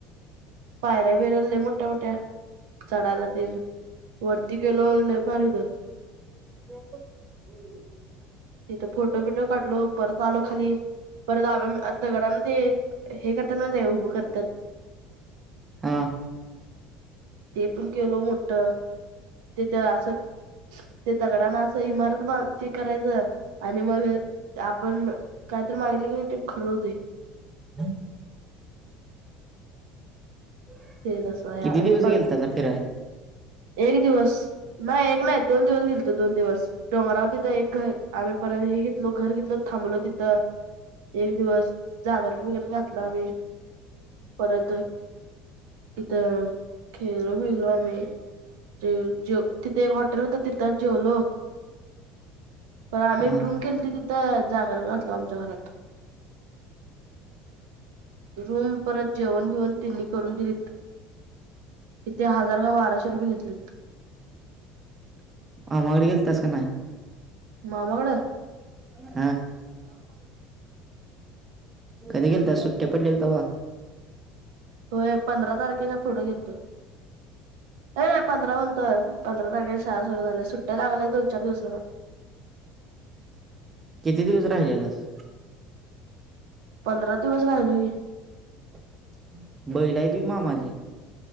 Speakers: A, on the right; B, on the right.
A: ऱ्या बिरल मोठ्या-मोठ्या चढायला तेन वरती गेलो लाईभारी होत
B: <inaudible>
A: तिथं फोटो बिटो काढलो परत आलो खाली परत आम दगडा ना ते हे करतात ना ते उभं करतात
B: हा,
A: ते पण केलो मोठ तेथ असं ते दगडाना असं त करायचं आणि मग आपण कायतर मागीतलं की नाही ते खरहोतय.
B: हम, <inaudible>
A: ते तसं आहे
B: किती
A: आणि
B: दिवस
A: पर
B: गेलतासा फेराय
A: एक दिवस नाही एक नाही दोन दिवस गेल तो दोन दिवस डोंगरावर एक घर आम्ही परत हे घेतलो घर घेतलो थांबलो तिथं एक दिवस जागर वगैरे घातलं आम्ही परत तिथं खेळलो बिलो आम्ही ते जे तिथे एक हॉटेल होत तिथं जेवलो प आम्ही
B: हा
A: रूम केलती तिथं जागर घातलो आमच्या घरात रूम परत जेवण बिवण तेनी करून दिलीत, किती हजार का बाराशे रुपये घेतलेत
B: <inaudible> मामाकडे गेलतास का नाय?
A: मामा कड
B: हा कधी गेलतास सुट्ट्या पडल्या तवा
A: होय पंधरा तारखेचा पुढे गेलतो ए पंधरा म्हणतोय पंधरा तारखेला शाळा सुरू झालंय सुट्ट्या लागलेय दोन चार दिवसान. <inaudible>
B: किती दिवस राहिलेलास.
A: पंधरा, दिवस राहिलो की
B: <inaudible> बैलायत वय मामाचे.